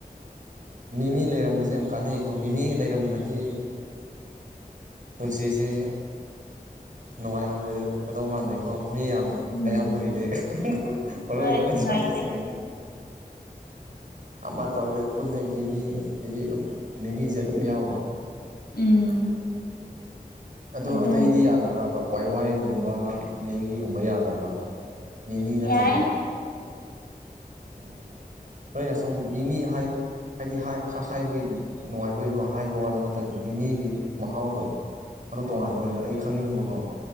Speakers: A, on the right (about 55°); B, on the left (about 80°).
A: ꯃꯤꯃꯤ ꯂꯩꯔꯝꯕꯁꯦ ꯌꯥꯝ ꯀꯥꯟꯅꯩꯀꯣ ꯃꯤꯃꯤ ꯂꯩꯔꯝꯗꯗꯤ ꯄꯨꯟꯁꯤꯁꯦ ꯅꯨꯡꯉꯥꯏꯔꯝꯃꯣꯏꯗ ꯀꯗꯧ ꯃꯥꯟꯗꯦꯀꯣ ꯃꯤ ꯌꯥꯝ
B: ꯎꯝ
A: ꯑꯌꯥꯝꯕꯒꯤꯗꯤ ꯃꯔꯨ
B: ꯍꯣꯏ
A: ꯑꯣꯏꯅ ꯂꯩꯁꯥꯕꯤꯁꯤꯡꯒꯤꯗꯤ
B: ꯅꯨꯡꯉꯥꯏꯇꯦ
A: ꯑꯃ ꯇꯧꯔꯦ ꯄꯨꯜꯂꯦ ꯃꯤꯃꯤ ꯑꯗꯒꯤ ꯑꯗꯨꯝ ꯅꯤꯅꯤꯖꯦ ꯑꯗꯨꯝ ꯌꯥꯎꯕ
B: ꯎꯝ
A: ꯑꯗꯣ
B: ꯑꯗꯨꯅꯤ
A: ꯑꯇꯩꯗꯤ ꯌꯥꯗꯕ꯭ꯔꯥꯕ ꯋꯥꯏ ꯋꯥꯏ ꯒꯨꯝꯕ ꯃꯦꯒꯤꯒꯨꯝꯕ ꯌꯥꯗꯕ꯭ꯔꯕ ꯃꯤꯃꯤ
B: ꯌꯥꯏ
A: ꯅꯠꯇ꯭ꯔꯗꯤ ꯑꯣ ꯅꯣꯏꯅ ꯁꯨꯝ ꯅꯤꯃꯤ ꯍꯥꯏ ꯍꯥꯏꯗꯤ ꯍꯥꯏ ꯈꯔ ꯍꯥꯏꯕꯒꯤ ꯅꯨꯡꯉꯥꯏꯕꯒꯤꯀꯣ ꯍꯥꯏꯕ ꯋꯥꯔꯥ ꯅꯠꯇ꯭ꯔꯒ ꯃꯤꯃꯤꯒꯤ ꯃꯍꯥꯎꯗꯣ ꯑꯗꯣ ꯇꯣꯉꯥꯟꯕꯩꯔꯥ ꯑꯩ ꯈꯪꯅꯤꯡꯕꯀꯣ